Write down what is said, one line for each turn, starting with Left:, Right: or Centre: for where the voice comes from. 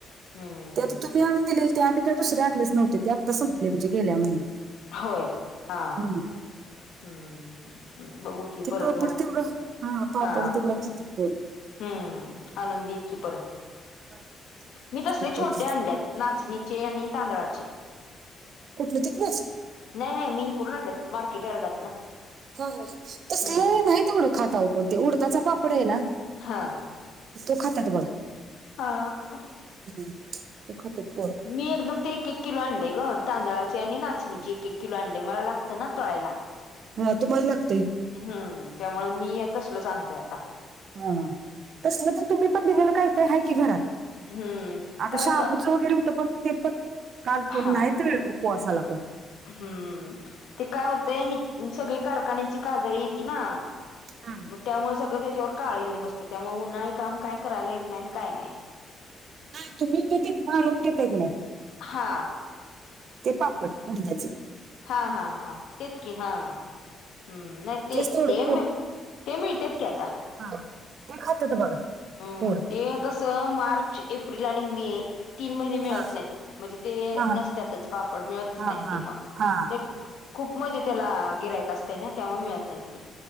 Left: हम्म
Right: ते तर तुम्ही आणून दिले ते आम्ही काही दुसरे आणलेच नव्हते, ते आत्ता संपले आमचे गेल्या महिन्यात.
Left: होय हांव,
Right: हम्म.
Left: हम्म बघू की.
Right: ते
Left: परत
Right: पापड
Left: मग
Right: तेवढं, हां पापड
Left: हा
Right: तेवढंच खातेत पोरं.
Left: हम्म आणून देतकी परत.
Right: हा,
Left: मी तसले
Right: चालतंय
Left: छोटे
Right: की
Left: आणल्यात. नाचणीचे आणि तांदळाचे.
Right: कुठलं तिथनच
Left: नाही नाही मी इकडून आणलेत मार्केट यार्डात ना.
Right: तसलं
Left: हम्म
Right: तेवढं नाही खात पण उडताचा पापड आहे ना.
Left: हा
Right: तो खातात बरं.
Left: हा.
Right: हम्म तो खातात पोरं.
Left: मी एकदम ते एक-एक किलो तांदळाचे आणि नाचणीचे एक एक किलो आणले मला लागतं ना तळायला.
Right: हा तुम्हाला लाग
Left: हम्म त्यामुळे मी तसलोच आणतोय आता.
Right: हा हा तसलं तर तुम्ही पण दिलेलं काय ते आहेय की घरात.
Left: हम्म
Right: आता
Left: कारण
Right: शाबूचा
Left: का
Right: वगैरे होतं पण ते पण काल कोण
Left: हा
Right: नाही तळेल उपवासाला पण.
Left: हम्म ते काय होतंय ही सगळी कारखान्याची कादळी येती ना.
Right: हा
Left: मग त्यामुळे सगळं त्याच्यावर काळ येऊन बसत त्यामुळे उन्हाळी काम काय करायला येत नाय आणि काय नाय.
Right: नाही तुम्ही ते तिथनं आणून घेताय की नाही
Left: हा
Right: ते पापड उडदाचे.
Left: हा हा हा तेच की हा. हम्म नाही ते
Right: तेच थोडं
Left: ते
Right: पो-
Left: ते मिळतेत की आता.
Right: हा. ते खातात बघा
Left: हम्म
Right: पोर
Left: ते कसं मार्च एप्रिल आणि मे तीन महिने मिळत
Right: हा
Left: नाहीत म्हणजे ते
Right: हा
Left: नसत्यातच पापड मिळतच
Right: हा
Left: नाहीत
Right: हा
Left: ते मग
Right: हा
Left: ते खूप म्हणजे त्याला गिराइक असते ना त्यामुळे मिळत नाही ते.